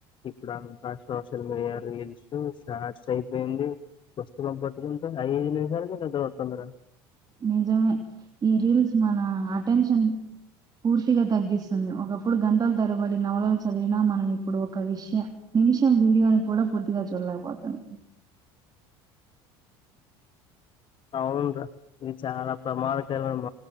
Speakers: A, on the left; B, on the right.
A: ఇప్పుడ అంత సోషల్ మీడియా రీల్స్ షార్ట్స్ అయిపోయింది వస్తు కంపట్టికింట ఐదు నిమిషాలు <unintelligible>
B: నిజమే ఈ రీల్స్ మన అటెన్షన్ పూర్తిగా తగ్గిస్తుంది ఒకప్పుడు గంటల తరబడి నవలలు చదివిన మనం ఇప్పుడు ఒక విషయం నిమిషం వీయోని కూడ పూర్తిగ చూడలేకపోతునం
A: అవునురా ఇది చాల ప్రమాదకరమ